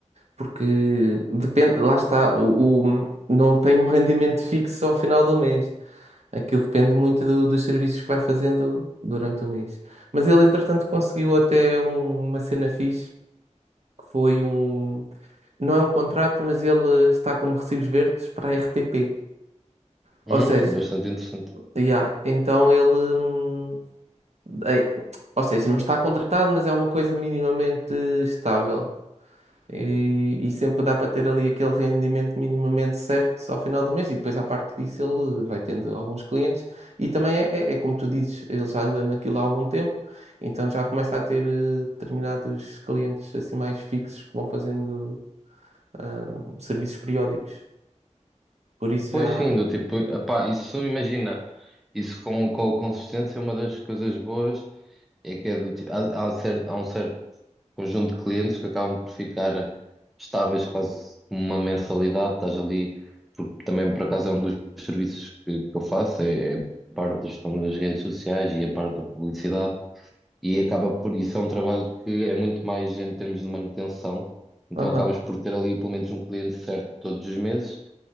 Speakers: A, on the right; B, in the centre.
A: Porque depende, lá está, o, o- não tem um rendimento fixo ao final do mês. Aquilo depende muito do- dos serviços que vai fazendo durante o mês. Mas ele, entretanto, conseguiu até um- uma cena fixe, que foi um. Não é um contrato, mas ele está como recibos verdes para a RTP. Ou
B: Hum,
A: seja,
B: bastante interessante.
A: Yeah. Então ele. hum, é- ou seja, não está contratado, mas é uma coisa minimamente estável. E, e sempre dá para ter ali aquele rendimento minimamente certo ao final do mês. E depois, à parte disso, ele vai tendo alguns clientes. E também é, é- é como tu dizes, ele já anda naquilo há algum tempo, então já começa a ter eh, determinados clientes assim mais fixos que vão fazendo ah, serviços periódicos. Por isso
B: Pois
A: já.
B: sim, do tipo, epá, isso imagina, isso com, com a consistência, uma das coisas boas é que é do ti- há, há cer- há um certo conjunto de clientes que acabam por ficar estáveis quase como uma mensalidade, estás ali, porque também por acaso é um dos serviços que, que eu faço, é é a parte da gestão das redes sociais e a parte da publicidade, e acaba por isso é um trabalho que é muito mais em termos de manutenção, então
A: Aham,
B: acabas por ter ali pelo menos um cliente certo todos os meses.